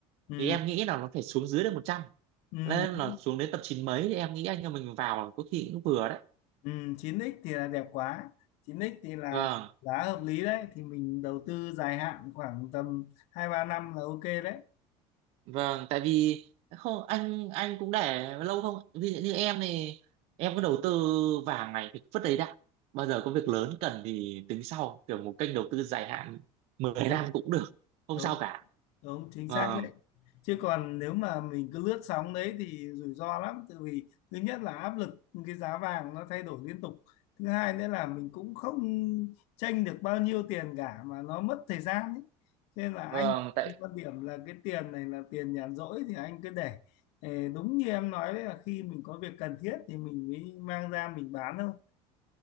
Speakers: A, on the left; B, on the right.
A: ừ
B: thì em nghĩ là nó phải xuống dưới được một trăm
A: ừ
B: nên là xuống đến tập chín mấy thì em nghĩ anh em mình vào có khi cũng vừa đấy
A: Ừ, 9x thì là đẹp quá chín x thì là
B: vâng
A: giá hợp lý đấy thì mình đầu tư dài hạn khoảng tầm hai ba năm là ok đấy
B: vâng tại vì không anh anh cũng để lâu không ví dụ như em này em cứ đầu tư vàng này thì vứt đấy đã bao giờ có việc lớn cần thì tính sau kiểu một kênh đầu tư dài hạn mười
A: đúng,
B: năm cũng được không
A: đúng.
B: sao cả
A: đúng chính
B: vâng
A: xác đấy chứ còn nếu mà mình cứ lướt sóng đấy thì rủi ro lắm tại vì thứ nhất là áp lực cái giá vàng nó thay đổi liên tục thứ hai nữa là mình cũng không tranh được bao nhiêu tiền cả mà nó mất thời gian ấy. Cho nên là anh
B: vâng tại
A: anh quan điểm là cái tiền này là tiền nhàn rỗi thì anh cứ để Ờ, đúng như em nói đấy là khi mình có việc cần thiết thì mình mới mang ra mình bán thôi